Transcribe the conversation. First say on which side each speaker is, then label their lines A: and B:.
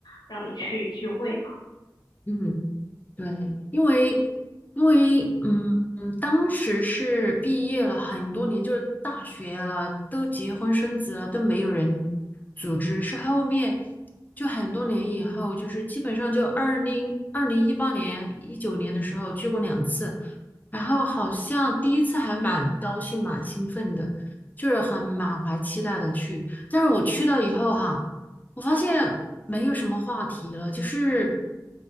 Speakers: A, on the left; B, on the left.
A: 让你去聚会吗？
B: 嗯。对，因为因为嗯嗯，当时是毕业了很多年，就是大学了，都结婚生子了，都没有人组织。是后面就很多年以后，就是基本上就二零二零一八年、一九年的时候去过两次，然后好像第一次还蛮高兴、蛮兴奋的，就是很满怀期待的去。但是我去到以后哈。我发现没有什么话题了，就是